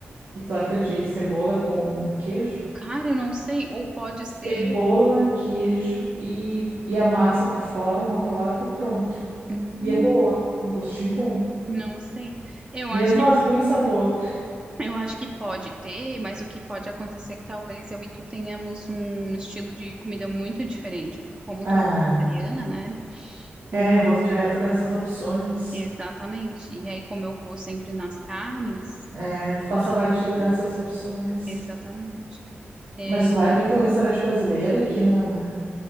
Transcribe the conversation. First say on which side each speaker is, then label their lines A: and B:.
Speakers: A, on the right; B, on the right.
A: e torta de cebola com queijo?
B: Cara, eu não sei. Ou pode ser.
A: cebola, queijo e, e a massa por fora, uma torta, pronto.
B: Hum,
A: E é boa, um gostinho bom.
B: não sei. Eu
A: Mesmo
B: acho que
A: as ruins são boas.
B: eu acho que pode ter, mas o que pode acontecer é que talvez eu e tu tenhamos um estilo de comida muito diferente, porque como
A: Ah,
B: tu é vegetariana, né? Então,
A: é, eu vou direto nessas opções.
B: exatamente. E aí, como eu vou sempre nas carnes,
A: É,
B: talvez
A: tu
B: a
A: passa
B: gente
A: batida
B: tenha
A: nessas opções.
B: exatamente. É,
A: Mas tu vai muito ao restaurante brasileiro aqui, Nana.